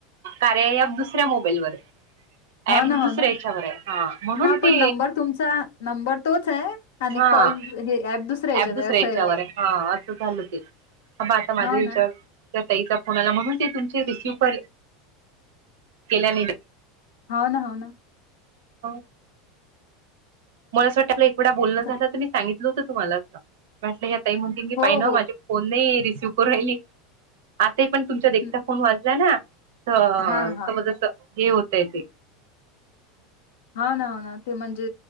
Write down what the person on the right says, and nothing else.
कार्या ऍप दुसऱ्या मोबाईलवर आहे
ऍप दुसऱ्या
याच्यावर आहे म्हणून
ते
हां
ऍप
दुसऱ्या
याच्यावर
हा अस झाल ते ह आता माझे
याच्यावर
त्या ताईचा फोन आला म्हणुन ते तुमचे रिसिव्ह केल्या नाही
हो, मला असं वाटतं आपलं एक वेळा बोलणं
झालं त मी सांगितलं होतं तुम्हाला असं वाटलं, असं ह्या ताई म्हणतील मी
पाहि ना माझे
फोन नाही रिसीव्ह करू राहिली आताही पण तुमच्या देखता
फोन वाजला ना. अं
समज असं हे होतय ते